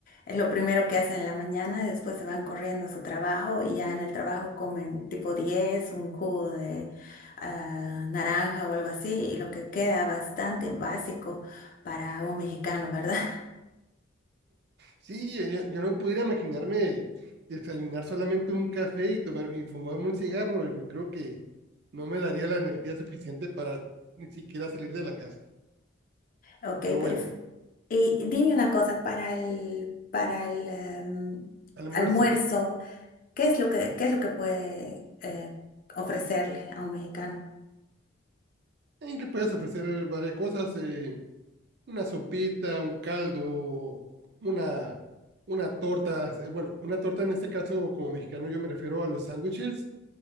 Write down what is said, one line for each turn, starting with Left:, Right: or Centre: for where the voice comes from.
Left: es lo primero que hacen en la mañana, después se van corriendo a su trabajo y ya en el trabajo comen tipo 10 un jugo de ah, naranja o algo así, y lo que queda bastante básico para un mexicano, ¿verdad? <laughs>
Right: Sí, eh, yo, yo no pudiera imaginarme desayunar solamente un café y tomar y fumarme un cigarro. Yo creo que no me daría la energía suficiente para ni siquiera salir de la casa.
Left: Ok,
Right: Pero bueno,
Left: pero y dime una cosa, para el, para el em,
Right: almuerzo,
Left: almuerzo, ¿qué es lo que, qué es lo que puede eh, ofrecerle a un mexicano?
Right: ahí le puedes ofrecer varias cosas. eh, una sopita, un caldo, una, una torta. eh, Bueno, una torta en este caso, como mexicano, yo me refiero a los sándwiches.